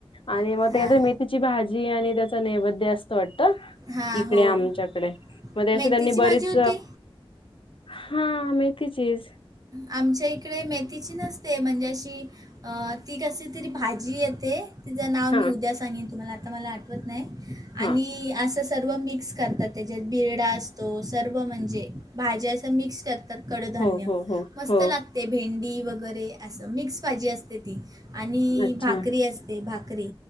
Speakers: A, on the left; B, on the right.
A: आणि
B: हां
A: मग त्याच्यात मेथीची भाजी आणि त्याच नैवेद्य असतं वाटतं.
B: हां
A: इकडे
B: हो
A: आमच्याकडे मग अशी
B: मेथीची
A: त्यांनी
B: भाजी
A: बरीच
B: होती
A: हा मेथीचीच
B: आमच्या इकडे मेथीची नसते म्हणजे अशी हा ती कशीतरी भाजी येते. तिचं नाव मी
A: हा
B: उद्या सांगेन तुम्हाला आता मला आठवत नाही आणि
A: हा
B: असं सर्व मिक्स करतात त्याच्यात बिरडा असतो सर्व म्हणजे भाज्या असं मिक्स करतात त्यात कडधान्य
A: हो हो हो
B: मस्त
A: हो
B: लागते भेंडी वगैरे असं मिक्स भाजी असते ती आणि
A: अच्छा
B: भाकरी अस ते भाकरी